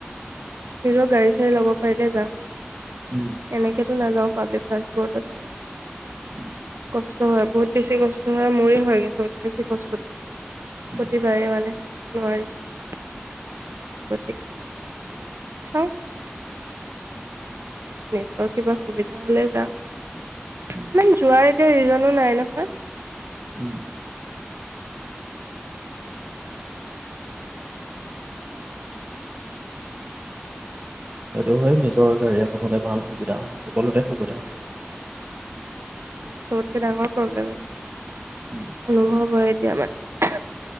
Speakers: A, on the right (about 80°); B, on the right (about 40°).
A: নিজৰ গাড়ী-চাড়ী ল'ব পাৰিলে যাম।
B: উম,
A: এনেকেতো নাযাও। পাব্লিক ট্ৰান্সপ'ৰ্টত আৰু
B: উম,
A: কচ কষ্ট হয় বহুত বেছি কষ্ট হয় মোৰে হয়গৈ চবতকে বেছি কষ্টটো
B: উম,
A: প্ৰতিবাৰে মানে নোৱাৰিছো গতিকে চাও নিজৰ কিবা সুবিধা হলে যাম মানে
B: উম,
A: যোৱাৰেত ৰিজনো নাই নহয়
B: উম
A: চাও আও
B: সেইটো হয় নিজৰ গাড়ী এখন হলে ভাল সুবিধা হয় সকলোতে সুবিধা হয়।
A: এইটো বহুত চবতকে ডাঙৰ প্ৰব্লেম এইটো
B: উম,
A: অনুভৱ হয় এতিয়া মানে